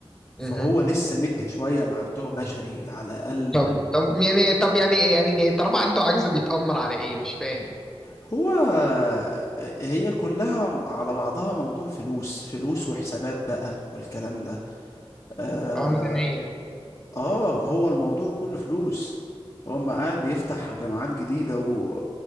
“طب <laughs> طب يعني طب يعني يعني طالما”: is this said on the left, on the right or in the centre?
Centre